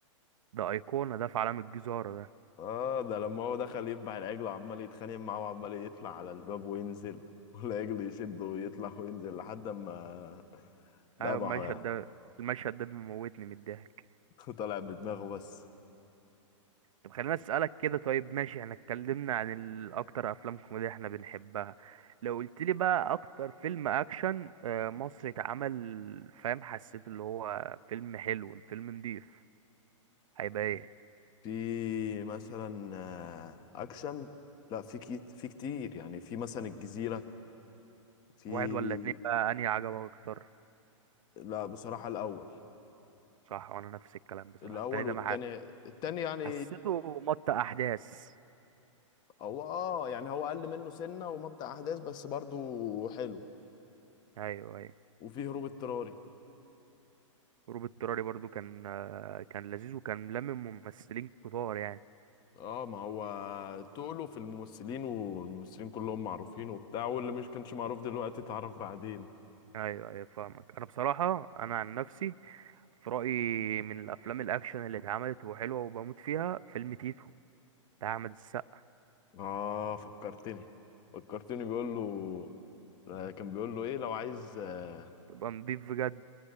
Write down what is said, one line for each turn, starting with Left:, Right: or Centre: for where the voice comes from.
Right: ده ايقونه ده في عالم الجزاره ده
Left: اه ده لما هو دخل يذبح العجل وعمال يتخانق معاه وعمال يطلع على الباب وينزل <laughs> والعجل يشده ويطلع وينزل لحد ما
Right: ايوه
Left: ذبحه
Right: المشهد
Left: يعني
Right: ده المشهد ده بيموتني من الضحك
Left: <laughs> طلع بدماغه بس
Right: طب خليني اسالك كده طيب ماشي احنا اتكلمنا عن ال- اكتر افلام كوميديا احنا بنحبها لو قلت لي بقى اكتر فيلم اكشن آه، مصري اتعمل فاهم حسيت اللي هو فيلم حلو فيلم نضيف هيبقى ايه
Left: في مثلا آه، اكشن لا في كي... في كتير يعني في مثلا الجزيرة في
Right: واحد ولا اتنين بقى انهي عجبك اكتر
Left: لا بصراحة الاول
Right: صح وانا نفس الكلام بصراحه
Left: الاول
Right: التاني ده
Left: والتاني
Right: مع
Left: التاني يعني
Right: حسيته مط احداث
Left: هو اه يعني هو اقل منه سنة ومط احداث بس برضو حلو
Right: ايوه ايوه
Left: وفي هروب اضطراري
Right: هروب اضطراري برضو كان آه، كان لذيذ وكان لمم ممثلين كتار يعني
Left: اه ما هو تقله في الممثلين والممثلين كلهم معروفين وبتاع واللي مش كانش معروف دلوقتي اتعرف بعدين
Right: ايوه ايوه فاهمك انا بصراحه انا عن نفسي في رأيي من الأفلام الأكشن اللي اتعملت وحلوة وبموت فيها فيلم تيتو بتاع أحمد السقا
Left: اه فكرتني فكرتني بيقول له آه، كان بيقول له ايه لو عايز اه
Right: تبقى نضيف بجد